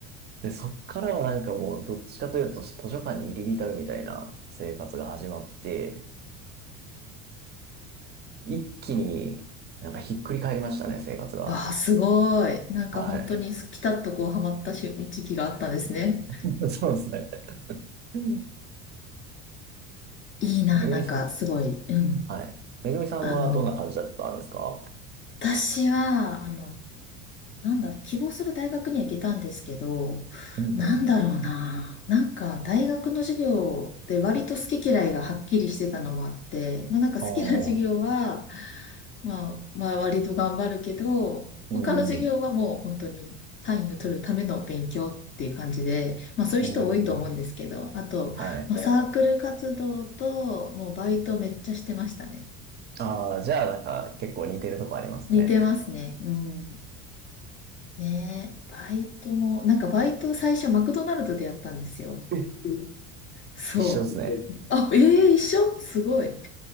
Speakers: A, on the right; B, on the left.
A: で、そっからはなんかもうどっちかというと図書館に入り浸るみたいな生活が始まって、一気になんかひっくり返りましたね、生活が。
B: わあ、すごい。なんか本当にピタッとこうハマったし時期があったんですね。
A: はい。<laughs> そうですね。め
B: いいな、
A: ぐみさん、
B: なんか、すごい。うんん。
A: はい。めぐみさんはどんな感じだったんですか
B: あの、私は、あの、なんだろう、希望する大学には行けたんですけど、
A: うん
B: なんだろうな、なんか、大学の授業で割と好き嫌いがはっきりしてたのもあって、まあ、なんか好きな授業は、
A: ああ、
B: まあ、まあ、割と頑張るけど、
A: うん、
B: 他の授業はもう本当に単位を取るための勉強っていう感じで、まあ、そういう人多いと思うんですけど、
A: うん、
B: あと、
A: はい。
B: まあ、サークル活動と、もうバイトめっちゃしてましたね。
A: ああ、じゃあ、なんか、結構似てるとこありますね。
B: 似てますね。うん。ねえ、バイトも、なんかバイト最初マクドナルドでやったんですよ。
A: え
B: うんそう。
A: 一緒ですね。
B: あ、ええ一緒すごい。